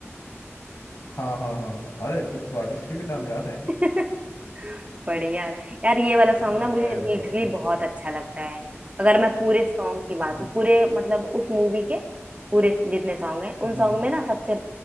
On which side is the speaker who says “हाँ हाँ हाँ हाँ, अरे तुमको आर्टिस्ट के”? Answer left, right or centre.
Left